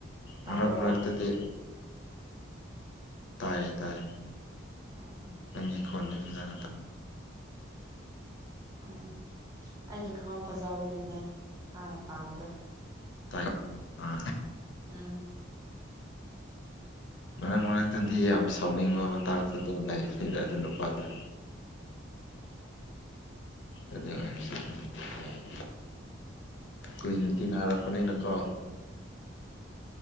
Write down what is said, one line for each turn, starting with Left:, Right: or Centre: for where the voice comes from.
Right: ꯇꯥꯕ꯭ꯔꯣ
Left: ꯃꯅꯨꯝ ꯔꯥꯛꯇꯗꯤ ꯇꯥꯏꯌꯦ ꯇꯥꯏꯌꯦ
Right: ꯎꯝ
Left: ꯅꯪꯒꯤ ꯈꯣꯟꯗꯤ ꯐꯖꯅ ꯇ
Right: ꯎꯝ ꯑꯩ ꯀ ꯈꯋꯥꯝ ꯐꯖꯕꯒꯤꯅꯦ ꯅꯪꯅ ꯄꯥꯕꯗꯣ
Left: ꯇꯥꯏ ꯑꯥ
Right: ꯎꯝ
Left: ꯃꯔꯛ ꯃꯔꯛꯇꯗꯤ ꯌꯥꯝ ꯁꯥꯎꯅꯤꯡꯕ ꯃꯇꯥꯡ ꯁꯗꯣꯝ ꯂꯥꯏꯕꯅꯤꯗ ꯑꯗꯨ ꯅꯨꯄꯥꯗ ꯑꯗꯨꯗ ꯑ ꯁꯤ ꯑꯗꯨ ꯌꯥꯥꯏ ꯀꯨꯏꯅ ꯇꯤꯟꯅꯔꯛꯄꯅꯤꯅ ꯀꯣ